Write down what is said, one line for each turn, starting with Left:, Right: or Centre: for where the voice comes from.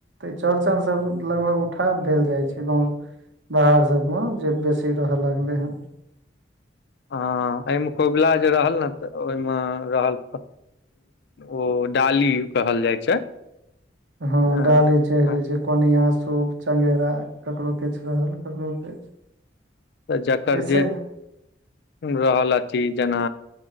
Right: तऽ चौड़चन सब लगभग उठाव भेल जाइ छै गाँव <inaudible> बाहर सब हँ जे बेसी रह लागले हन
Left: हँ अइमे कौबला जे रहल ने तऽ ओईमे रहल तऽ ओ डाली कहल जाइ छै।
Right: हँ
Left: ह
Right: डाली चढ़
Left: ह
Right: रहै छै कोनिया सूप चगेरा ककरो किछ रहल ककरो किछ।
Left: तऽ जकर
Right: जैसे
Left: जे रहल अथी जेना